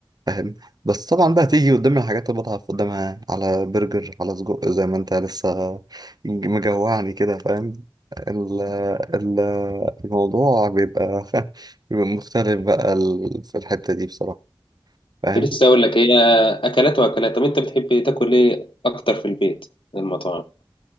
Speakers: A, on the right; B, on the left.
A: فاهم بس طبعا بقى تيجي قدامي الحاجات اللي بضعف قدامها على برجر على سجق زي ما انت لسه مجوعني كده فاهم ال- ال- الموضوع بيبقى <laughs> بيبقى مختلف بقى ال- في الحتة دي بصراحة فاهم
B: كنت لسه اقول لك هي اكلات واكلات طب انت بتحب تاكل ايه اكتر في البيت ولا المطاعم